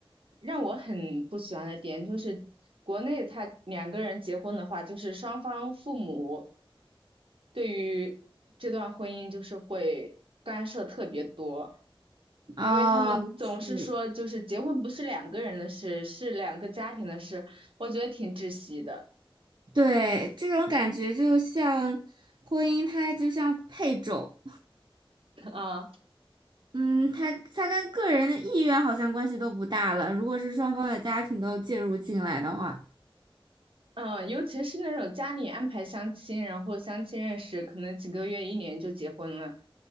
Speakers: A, on the right (about 70°); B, on the right (about 50°).
A: 让我很不喜欢的点，就是国内他两个人结婚的话，就是双方父母对于这段婚姻就是会干涉特别多，
B: 哦，
A: 因为他们总是说就是结婚不是两个人的事，
B: 是，
A: 是两个家庭的事，我觉得挺窒息的
B: 对，这种感觉就像婚姻，它就像配种，
A: 啊。
B: 嗯，它它跟个人的意愿好像关系都不大了。如果是双方的家庭都介入进来的话。
A: 嗯，尤其是那种家里安排相亲，然后相亲认识，可能几个月、一年就结婚了。